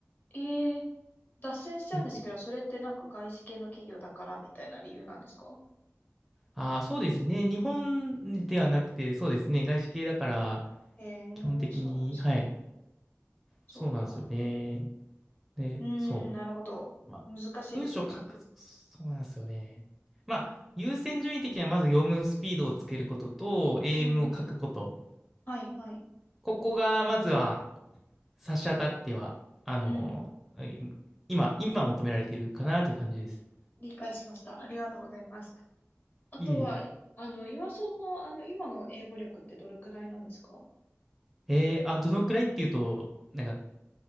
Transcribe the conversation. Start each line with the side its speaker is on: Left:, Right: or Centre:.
Left: ええ脱線しちゃうんですけど、
Centre: でけ
Left: それってなんか外資系の企業だからみたいな理由なんですか
Centre: ああ、そうですね。日本ではなくて、そうですね。外資系だから、
Left: え
Centre: 基本的に、
Left: えそうなんですね。
Centre: はい。
Left: そうか。
Centre: そうなんですよね。で、
Left: うーん、
Centre: そ
Left: なるほど。
Centre: う。まあ、
Left: 難しいですね。
Centre: 文章書く、そうなんですよね。まあ、優先順位的にはまず読むスピードをつけることと、英文を書くこと。
Left: うんうん。はいはい。
Centre: ここが、まずは、差し当たっては、あの、
Left: うん。
Centre: はい今、今求められているかなという感じです。
Left: 理解しました。ありがとうございます。あとは、
Centre: いえいえ。
Left: あの、岩尾さんの、あの、今の英語力ってどれくらいなんですか
Centre: えー、あ、どのくらいっていうと、なんか、